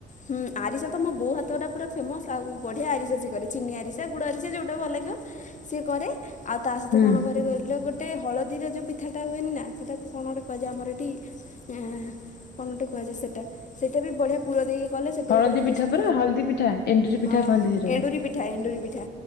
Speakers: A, on the left; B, on the left.
A: ହୁଁ ଆରିସା ତ ମୋ ବୋଉ ହାତଟା ପୁରା ଫେମସ୍ ଆଉ ବଢିଆ ଆରିସା ସେ କରେ ଚିନି ଆରିସା ଗୁଡ ଆରିସା ଯୋଉଟା ଭଲ ଲାଗିବ। ସିଏ କରେ ଆଉ ତା ସହିତ
B: ହୁଁ
A: କଣ କରେ କହିଲ ଗୋଟେ ହଳ ଦିରେ ଯୋଉ ପିଠାଟା ହୁଏନି ନା ସେଟାକୁ କଣ ଗୋଟେ କୁହଯାଏ ଆମର ଏଠି ଏଁ ଫନୋଟେ କୁହାଯାଏ ସେଟା ସେଇଟା ବି ବଢ଼ିଆ ପୁର ଦେଇକି କଲେ ସେଟା
B: ହଳଦୀ
A: ବି ବଢିଆ
B: ପିଠା
A: ଟେଷ୍ଟ
B: ପରା ହଳଦୀ ପିଠା ଏଣ୍ଡୁରି ପିଠା
A: ହଁ
B: କହନ୍ତି ସେଇଟାକୁ।
A: ଏଣ୍ଡୁରି ପିଠା ଏଣ୍ଡୁରି ପିଠା।